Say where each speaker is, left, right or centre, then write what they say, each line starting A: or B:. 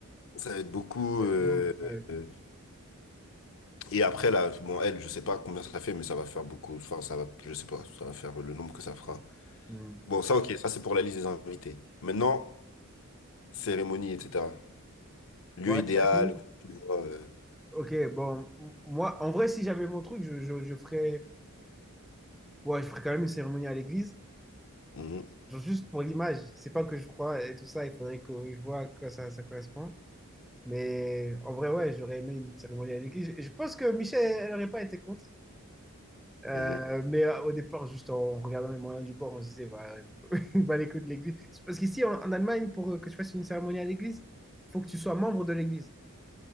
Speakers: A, on the left; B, in the centre.
A: Ça va être beaucoup.
B: Ouais,
A: euh,
B: de ouf, ouais.
A: euh, Et après, là, bon, elle, je sais pas combien ça fait, mais ça va faire beaucoup. Enfin, ça va, je sais pas, ça va faire le nombre que ça fera.
B: Hmm.
A: Bon, ça, ok, ça, c'est pour la liste des invités. Maintenant, cérémonie, etc. Lieu
B: Bon, la
A: idéal,
B: cérémonie.
A: tu vois. euh,
B: Ok, bon. m- Moi, en vrai, si j'avais mon truc, je, je, je ferais... Ouais, je ferais quand même une cérémonie à l'église.
A: mhm,
B: Genre juste pour l'image. C'est pas que je crois et tout ça. Il faudrait que je vois à quoi ça, ça correspond. Mais en vrai, ouais, j'aurais aimé une cérémonie à l'église. Et Je pense que Michel, elle n'aurait pas été contre. Euh,
A: mhm.
B: mais euh, au départ, juste en regardant les moyens du bord, on se disait, bah, <laughs> bah les coups de l'église. C'est Parce qu'ici, en, en Allemagne, pour euh, que tu fasses une cérémonie à l'église, il faut que tu sois membre de l'église.